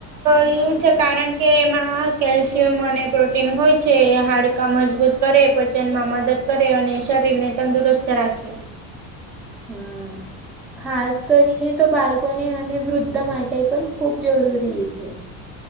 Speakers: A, on the right; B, in the centre.
A: તો એવું છે કારણ કે એમાં કેલ્શિયમ અને પ્રોટીન હોય છે હાડ હાડકા મજબૂત કરે, પચનમાં મદદ કરે અને શરીરને તંદુરસ્ત રાખે.
B: હા. ખાસ કરીને તો બાળકોને અને વૃદ્ધ માટે પણ ખૂબ જરૂરી છે.